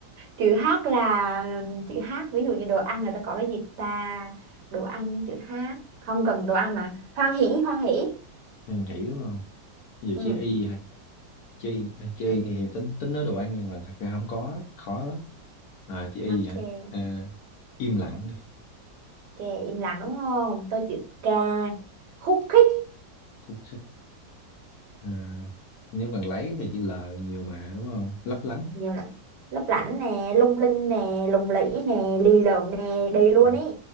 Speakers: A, on the right; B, on the left.
A: chữ h là chữ h ví dụ như đồ ăn người ta có cái gì ta đồ ăn chữ h không cần đồ ăn mà hoan hỉ hoan hỉ
B: Hàng hiểu không? Ví dụ
A: ừ.
B: chữ Y hả? Chữ Y, chữ
A: ừ.
B: Y thì tính tính nói đồ ăn nhưng mà thật ra không có, khó lắm. À, chữ Y
A: ok
B: hả? À, im lặng đi.
A: ok im lặng đúng không tôi chữ k khúc khích
B: Cũng thích. À, nếu bằng lấy thì chữ L nhiều mà đúng không? Lấp lánh.
A: nhiều lắm lấp lánh nè lung linh nè lùng lĩ nè lì lợm nè đi luôn
B: Ừ,
A: ý